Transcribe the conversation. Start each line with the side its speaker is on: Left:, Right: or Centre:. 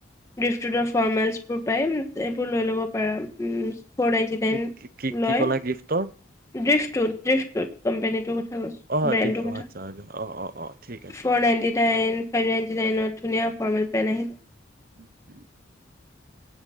Left: ডিফ্টোডৰ ফৰ্মেলচ বোৰ। পাই এইবোৰ লৈ ল'ব পাৰা উম। ফ'ৰ নাইনটি নাইন
Right: কি কি
Left: লয়
Right: কি ক'লা
Left: ।
Right: গিফ্টৰ
Left: ড্ৰিফটোত ড্ৰিফটোত কোম্পনীটোৰ কথা কৈছো
Right: অ
Left: ব্ৰেণ্ডৰ
Right: দিছ
Left: কথা
Right: আচ্ছা অ অ অ ঠিক আছে
Left: ফৰ
Right: অ
Left: নাইনটি নাইন ফৰনাইণ্টি নাইনত ধুনীয়া ফৰ্মেল পেণ্ট আহিছে।
Right: উম -উম